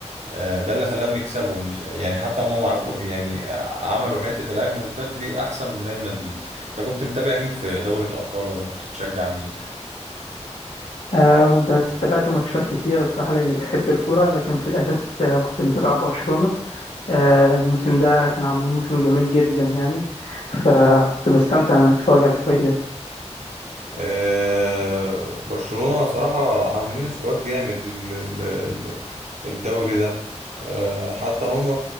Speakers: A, on the right; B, on the left.
A: آه، ده اللي خلاهم يكسبوا مش يعني حتى هم معرفوا يعني آه، عملوا حتة الهجمة المرتدة دي أحسن من ريال مدريد أنت كنت متابع مين في دوري الأبطال ولا كنت بتشجع مين؟
B: آه بس تابعت ماتشات كتير الصراحه لاني بحب الكوره لكن في الاساس آه كنت متابع برشلونه آه الموسم ده كان عاملين موسم جميل جدا يعني فكنت بستمتع ان اتفرج على الفريق ده
A: أه برشلونة صراحة عاملين سكواد جامد ال- ال- ال- الدوري ده أه حتى هم